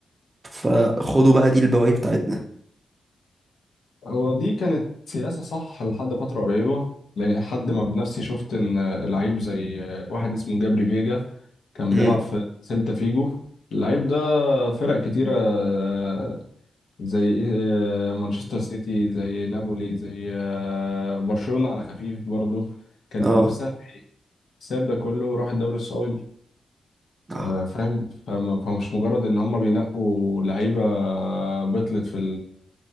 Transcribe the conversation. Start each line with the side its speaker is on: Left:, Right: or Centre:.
Right: فخدوا بقى دي البواقي بتاعتنا
Left: هو دي كانت سياسة صح لحد فترة قريبة لحد ما بنفسي شفت إن لعيب زي واحد اسمه جابري فيجا كان
Right: امم
Left: بيلعب في سيلتا فيجو اللعيب ده فرق كتيرة آه، زي آه، مانشستر سيتي زي نابولي زي آه، برشلونة على خفيف برضه كانت
Right: اه
Left: نفسها في الحساب ده كله وراح الدوري السعودي
Right: آه،
Left: آه، فاهم فم- فمش مجرد إن هم بينقوا لعيبة بطلت في